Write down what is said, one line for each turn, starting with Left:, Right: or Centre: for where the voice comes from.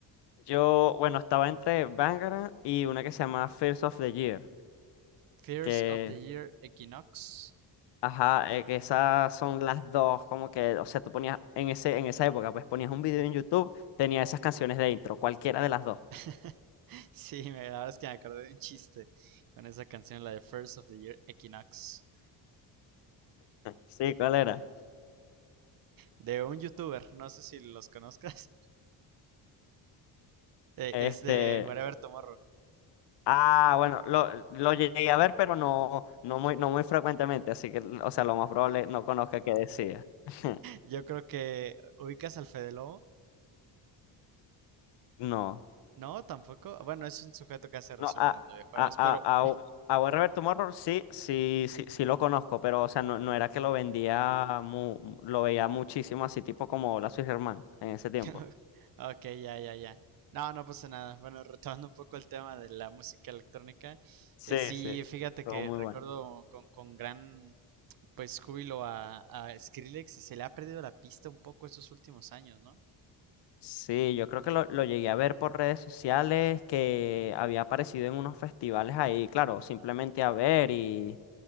Left: Yo, bueno, estaba entre Bangarang y una que se llama First of the Year,
Right: Fears
Left: que,
Right: of the Year Equinox.
Left: ajá, eh, que esas son las dos, como que, o sea, tú ponías en ese, en esa época, pues ponías un video en YouTube, tenía esas canciones de intro, cualquiera de las dos.
Right: <laughs> Sí, me- la verdad es que me acordé de un chiste con esa canción, la de First of the Year Equinox.
Left: Sí, ¿cuál era?
Right: de un youtuber, no sé si los conozcas, <laughs> eh,
Left: Este,
Right: es de Whatever Tomorrow.
Left: ah, bueno, lo, lo llegué a ver, pero no, no muy, no muy frecuentemente, así que, o sea, lo más probable no conozca qué decía. <laughs>
Right: Yo creo que ubicas al Fede Lobo.
Left: No.
Right: No, tampoco. Bueno, es un sujeto que hace resúmenes
Left: No, a,
Right: de videojuegos,
Left: a, a,
Right: pero...
Left: a, a buen Roberto Morro sí, sí, sí, sí lo conozco, pero o sea, no, no era que lo vendía, mu- lo veía muchísimo así, tipo como Lazo y Germán en ese tiempo.
Right: <laughs> ok, ya, ya, ya. No, no pasa nada. Bueno, retomando un poco el tema de la música electrónica,
Left: Sí,
Right: eh, sí,
Left: sí.
Right: fíjate
Left: todo
Right: que
Left: muy
Right: recuerdo
Left: bueno.
Right: con, con gran pues júbilo a, a Skrillex y se le ha perdido la pista un poco estos últimos años, ¿no?
Left: Sí, yo creo que lo, lo llegué a ver por redes sociales, que había aparecido en unos festivales ahí, claro, simplemente a ver y,